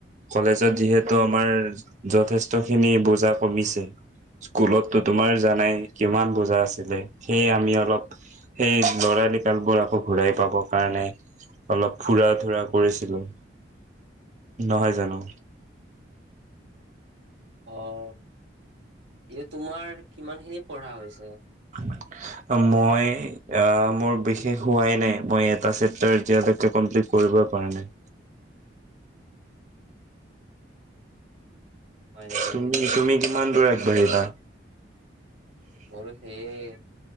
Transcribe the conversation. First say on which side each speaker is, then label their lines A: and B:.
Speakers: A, on the right; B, on the right.
A: কলেজত যিহেতু আমাৰ যথেষ্ট খিনি বোজা কমিছে। স্কুলতো তোমাৰ জানাই কিমান বুজা আছিলে সেয়ে আমি অলপ। সেই ল'ৰাৰিকালবোৰ আকৌ ঘূৰাই পাবৰ কাৰণে। অলপ ফুৰা - ধূৰা কৰিছিলোঁ। নহয় জানোঁ।
B: অ' এনেই তোমাৰ কিমান খিনি পঢ়া হৈছে।
A: ধন্যবাদ। মই আহ' মোৰ বিশেষ হোৱাই নাই। মই এটা চেপতাৰ এতিয়া লৈকে। কমপ্লিট কৰিবই পৰা নাই।
B: হয় নেকি
A: তুমি, তুমি কিমান দূৰ আগ বাঢ়িবা।
B: মোৰো সেইয়ে।